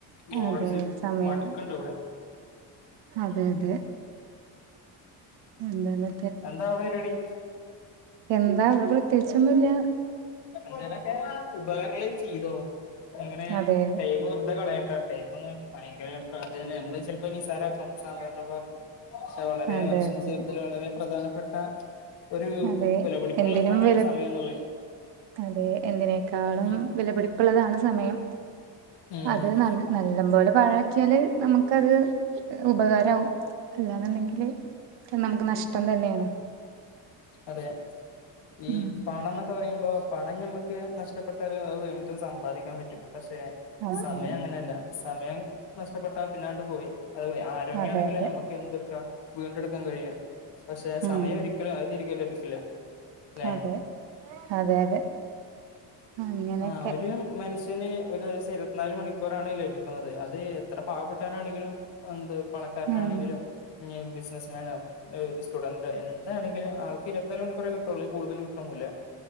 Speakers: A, on the left; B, on the right.
A: ബോറടിച്ച്
B: അതെ സമയം
A: മടുക്ക്ണ്ട് ഇവിടെ
B: അതെ അതെ എന്തന്ന്
A: എന്താ അവടെ പരിപാടി
B: എന്താ ഇവിടെ പ്രത്യേകിച്ചൊന്നുംല്ല
A: അങ്ങനൊക്കെ ഉപകാരെന്തേലും ചെയ്തോ അങ്ങനെ
B: അതെ
A: ടൈമ് വെറുതെ കളയണ്ട ടൈംന്ന് ഭയങ്കര പ്രാധാന്യ നമ്മളത് ചെലപ്പൊ നിസാരാകാണ് സമയംന്നൊക്കെ പറഞ്ഞിട്ട് പക്ഷെ വളരെ
B: അതെ
A: മനുഷ്യന്റെ
B: അതെ
A: ജീവിതത്തില് വളരെ പ്രധാനപ്പെട്ട ഒരു
B: അതെ
A: വെലപടിപ്പുള്ളള്ള
B: എന്തിനും
A: സാനാണ്
B: വില
A: സമയം എന്നുള്ളത്
B: അതെ എന്തിനേക്കാളും
A: ഉം
B: വിലപിടിപ്പുള്ളതാണ് സമയം
A: ഉം
B: അത് ന നല്ലമ്പോലെ പാഴാക്കിയാല് നമുക്ക് അത് ഉപകാരാവും അല്ലാന്ന്ണ്ടെങ്കില് അത് നമുക്ക് നഷ്ടം തന്നെയാണ്
A: അതെ ഈ
B: ഉം
A: പണംന്നൊക്കെ പറയുമ്പോ പണം ഞമ്മക്ക് നഷ്ടപ്പെട്ടാലും അത് വീ ണ്ടും സമ്പാദിക്കാൻ പറ്റും പക്ഷെ
B: അതെ
A: സമയം അങ്ങനെയല്ല സമയം നഷ്ടപ്പെട്ട പിന്നാണ്ട് പോയി അത് ആരോഗ്യാണെങ്കിലും
B: അതെ അതെ
A: ഞമ്മക്ക് എന്ത്‌ട്ക്ക വീണ്ടെടുക്കാൻ കഴിയും പക്ഷെ
B: ഉം
A: സമയം ഒരിക്കലും അത് തിരി കെ ലഭിക്കില്ല ലേ
B: അതെ അതെ അതെ അങ്ങനെയൊക്കെ
A: ആ ഒരു മനുഷ്യന് ഒരു ദിവസം ഇര്വത്തിനാല് മണിക്കൂറാണ് ലഭിക്കുന്നത്. അത് എത്ര പാവപ്പെട്ടവാനാണെങ്കിലും എന്ത് പണക്കാരനാ
B: ഉം
A: ണെങ്കിലും ഇഞ്ഞി ബിസിനസ്‌ മാനോ ഒരു സ്റ്റുഡന്റോ എന്താണെങ്കിലും ആൾക്ക് ഇര്വത്തിനാല് മണിക്കൂറെ കിട്ടൊള്ളൂ അയ്ല് കൂടുല് കിട്ടൊന്നുല്ല